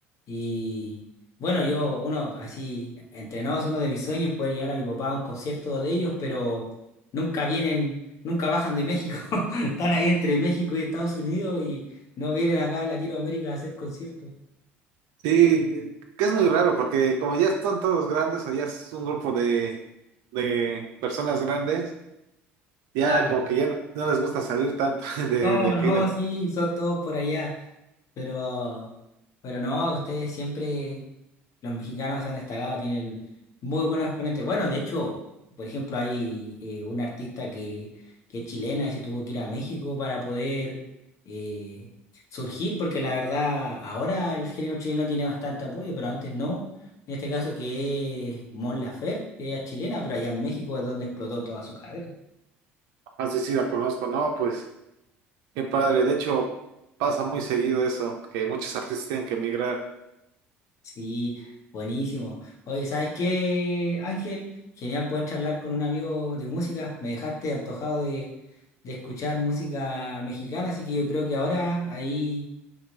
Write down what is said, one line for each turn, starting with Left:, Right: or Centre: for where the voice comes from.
Left: Y bueno, yo, uno así, entrenados, uno de mis sueños es poder llevar a mi papá a un concierto de ellos, pero nunca vienen, nunca bajan de México. <laughs> Están ahí entre México y Estados Unidos y no vienen acá a Latinoamérica a hacer conciertos.
Right: Sí, que es muy raro porque como ya están todos grandes o ya es un grupo de, de personas grandes, ya
Left: Claro.
Right: como que ya no, no les gusta salir tanto <laughs> de,
Left: No,
Right: de aquí
Left: no,
Right: de México.
Left: sí, son todos por allá. Pero, pero no, ustedes siempre, los mexicanos se han destacado, tienen muy buenos exponentes. Bueno, de hecho, por ejemplo, hay eh, una artista que, que es chilena y se tuvo que ir a México para poder eh, surgir, porque la verdad, ahora el género chileno tiene bastante apoyo, pero antes no. En este caso que es Mon Laferte, que ella es chilena, pero allá en México es donde explotó toda su carrera.
Right: Así sí la conozco, no, pues qué padre. De hecho, pasa muy seguido eso, que muchos artistas tienen que emigrar.
Left: Sí, buenísimo. Oye, ¿sabes qué, Ángel? Genial poder charlar con un amigo de música. Me dejaste antojado de, de escuchar música mexicana, así que yo creo que ahora, ahí,